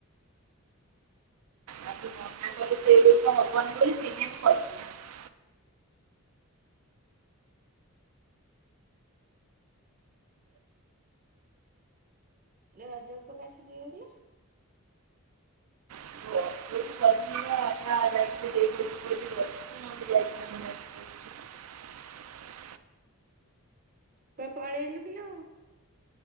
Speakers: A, on the right; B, on the right.
A: ମନା କଲୁ ସେ ବେକ ହବନ ବୋଲି ସେଇଥି ପାଇଁ ମୁଁ କଲିନି।
B: ରଜକୁ ତ <unintelligible> ନଥିଲ।
A: <unintelligible> <unintelligible>
B: କୁଆଡ଼େ ପଳେଇଲୁ କିଲୋ